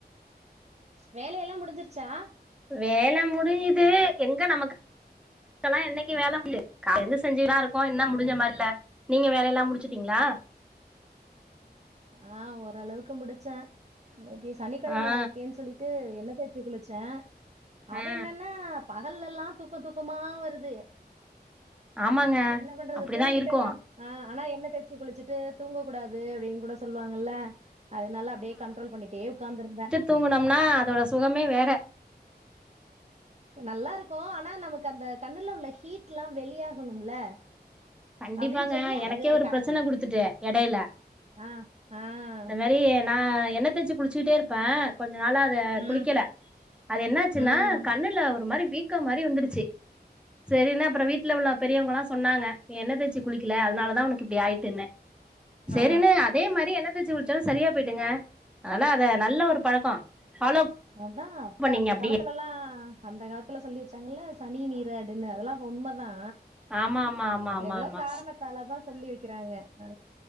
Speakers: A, on the right; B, in the centre.
A: வேலையெல்லா முடிஞ்சிருச்சா
B: வேல முடிஞ்சுது எங்க நமக்கு தல்லாம் என்னைக்கு வேல முடியுது காலைருந்து செஞ்சுதாம் இருக்கோம் என்ன முடிஞ்ச
A: ம்
B: மாருல்ல நீங்க வேலையெல்லாம் முடிச்சுட்டீங்களா
A: ஆ ஓரளவுக்கு முடிச்சேன் இன்னைக்கி சனிக்கெழமையா
B: ஆ
A: இருக்கேன் சொல்லி ட்டு என்ன தேச்சு குளிச்ச அது
B: ஆ
A: என்னன்னா பகல்லெல்லாம் தூக்க துக்கம்மா வருது
B: ஆமாங்க
A: என்ன பண்றது
B: அப்டிதா
A: தூங்கிட்டேனா
B: இருக்கு
A: அ ஆனா என்ன தெச்சு குளிச்சுட்டு தூங்க கூடாது அப்டின்னு கூட சொல்லுவாங்கல்ல அதனால அப்டியே கண்ட்ரோல் பண்ணிட்டே ஒக்காந்துருந்தேன்
B: தூங்குனம்னா அதோட சுகமே வேற
A: நல்லாருக்கும் ஆனா நமக்கு அந்த கண்ணுல உள்ள ஹீட்ல்லா வெளியாகணும்ல
B: கண்டிப்பாங்க
A: அப்படின்னு சொல்லி
B: எனக்கே
A: அது
B: ஒரு
A: கரெக்ட்
B: பிரச்சன குடுத்துட்டு எடையில
A: ஆ ஆஹ்
B: இந்த மாரி நா எண்ண தேச்சு குளிச்சுட்டே இருப்ப கொஞ்ச நாளா அத
A: ம்
B: குளிக்கல அது என்னாச்சுன்னா
A: ம்
B: கண்ணுல ஒரு மாரி வீ க்க மாரி வந்துருச்சு செரினா அப்ற வீட்ல உள்ள பெரியவங்கல்லா சொன்னாங்க என்ண தேச்சு குளிக்கல அதனாலதா உனக்கு இப்டி ஆயிட்டுனே சேரின்னு
A: ஆ
B: அதே மாரி என்ன சேச்சு குடிச்சாலு சரியா போயிட்டுங்க அதா அத நல்ல ஒரு பழக்கோ ஃபாலோ
A: அதா அப்ப
B: பண்ணீங்க
A: அந்த
B: அப்டியே
A: காலத்துலல்லா அந்த காலத்துல சொல்லி வச்சாங்கல்ல சனி வீர என்ன அதெல்லா உண்மதா
B: ஆமா ஆமா ஆமா ஆமா
A: ஏதோ
B: ஆமா
A: காரணத்தாலதா சொல்லி வெக்கறாங்க ஆ